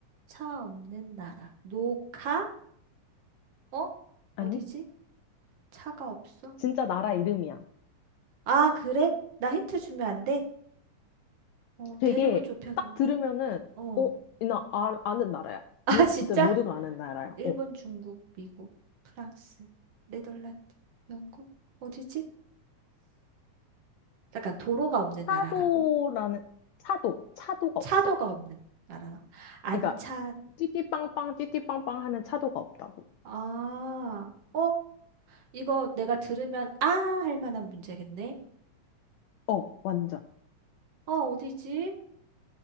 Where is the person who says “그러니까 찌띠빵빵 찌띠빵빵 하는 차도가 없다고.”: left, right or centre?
Left